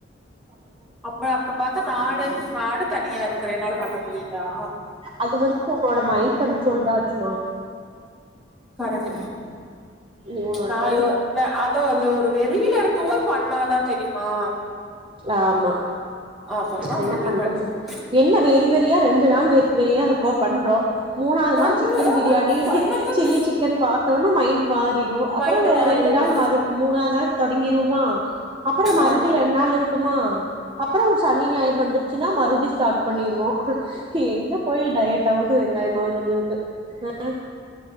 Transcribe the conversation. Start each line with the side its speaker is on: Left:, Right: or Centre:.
Centre: அப்ப அப்ப பாத்தா காடு நாடு தனியா இருக்கு கிறையனால பண்ண முடியுதாஹ
Right: அது வந்து ஹூனோட மைன் கண்டரோல்தான்ச்சுமா
Centre: கரட்ட
Right: நீ உன்னோட
Centre: நான்யயோ
Right: மைண்ட்
Centre: ந அதான் அது ஒரு வெளியில இருக்கும்போது பண்ணாதான் தெரியுமா
Right: ஆமா
Centre: அப்பறல்லா
Right: என்ன
Centre: முடியமாட்டேங்குது
Right: பண்றது ச என்ன வேறி பெறியா ரெண்டு நாள் வேறு வெரியா இருக்கும் பண்றோம் மூணாவது
Centre: பண்ணு
Right: நாள் சிக்கன்
Centre: அ
Right: பிரியாணி
Centre: ஆ பண்ணதுக்கு
Right: சில்லி சிக்கன் பார்த்தோனே மைண்ட் மாறிரும் அப்புறம்
Centre: மைண்ட் மாறிடுது
Right: ரெண்டு நாள் ம மூணாவது நாள் தொடங்கிருவமா அப்புறம் மறுபடியும்
Centre: ஆமா
Right: ரெ இருப்பமா அப்புறம் ஒரு சனி ஞாயிறு வந்துருச்சுன்னா மறுபடியும் ஸ்டார்ட் பண்ணிருவோம் எங்க போய் டயட் ஆகுது வெங்காயமாவதுண்ண இருக்குஹ